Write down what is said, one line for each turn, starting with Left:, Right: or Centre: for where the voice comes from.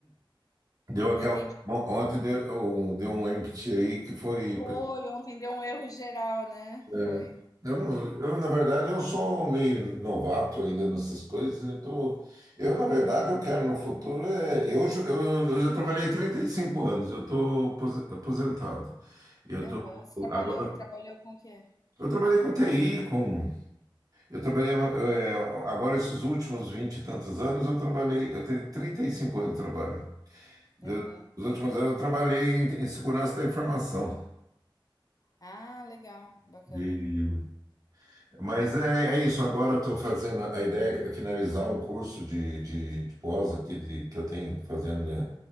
Right: Deu
Left: não
Right: aquela.
Left: entendi.
Right: Ontem deu, deu um empty aí que foi.
Left: Foi, ontem deu um erro geral, né?
Right: É,
Left: Foi.
Right: eu, não- eu, na verdade, eu sou meio novato ainda nessas coisas. Eu, tô, eu, na verdade, eu quero no futuro. É, eu, ju- eu, eu já trabalhei 35 anos, eu estou aposentado. Eu
Left: Aham.
Right: tô,
Left: Você trabalhou,
Right: agora,
Left: trabalhou com o quê?
Right: eu trabalhei com TI, com, eu trabalhei, é, agora esses últimos 20 e tantos anos, eu trabalhei, eu tenho 35 anos de trabalho. Eu-
Left: Aham.
Right: Nos últimos anos eu trabalhei em, em segurança da informação.
Left: Ah, legal, bacana.
Right: E- mas é, é isso. Agora eu estou fazendo. A ideia é finalizar um curso de, de, de pós aqui de, que eu tenho fazendo, né,